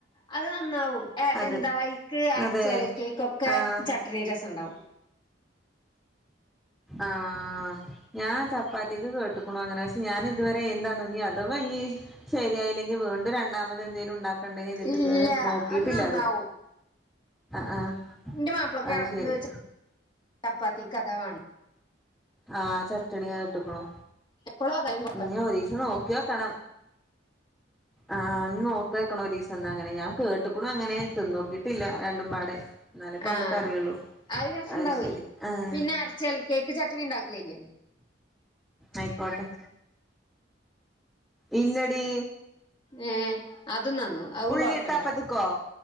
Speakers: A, on the left; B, in the centre.
A: അത് നന്നാവും എഹ്
B: അത്
A: എന്താ അയ്ക്ക് അരച്ചലക്കിക്കൊക്കെ
B: അതെ ആഹ്
A: ചട്ട് രി രസണ്ടാവും.
B: ആഹ് ഞാൻ ചപ്പാത്തിക്ക് കേട്ട്ക്ക്ണു അങ്ങനെ ക്ഷെ ഞാനിത് ഇത് വരെ എന്താന്നോ ഇഞ്ഞി അഥവാഞ്ഞി ശെരിയായില്ലെങ്കി വീണ്ടും രണ്ടാമത് എന്തേലും ഇണ്ടാക് ക്കണ്ടെന്നെയ്ത്ട്ട്
A: ഇല്ല
B: ഇത് വരെ നോക്കിയിട്ടില്ല
A: നന്നാവും
B: അത് ആഹ് ആഹ്.
A: ഇന്റെ മാപ്പിളക്കെളക്ക്
B: അത് ശരി
A: ചപ്പാത്തിക്കതാ വാണ്
B: ആഹ് ചട്ട്ണി ഏട്ട്ക്ക്ണു
A: എപ്പളും അതായാലും കൊഴപ്പ
B: ഇഞ്ഞി ഒരീസം നോക്കിയോക്കണം. ആഹ് ന്നോക്യോക്ക്ണൊരീസം ന്നഅങ്ങനെ ഞാൻ കേട്ട്ക് ക്കുണു അങ്ങനെ തിന്നോക്കിട്ടില്ല രണ്ടും പാടെ ഇന്നാലെ ഇപ്പ
A: ആഹ്
B: അമക്ക് അറിയൊള്ളൂ.
A: അത് രസണ്ടാവേ
B: അയ്ശെരി ആഹ്.
A: പിന്നെ അരച്ചൽ കേക്ക് ചട്ടനിണ്ടാക്കലില്ലേ?
B: അയ്ക്കോട്ടെ. ഇല്ലെടി.
A: ഏഹ് അതും നന്നു അഉം
B: ഉള്ളിയിട്ട്
A: കൊഴപ്പല്ല
B: അപ്പത്ത്ക്കോ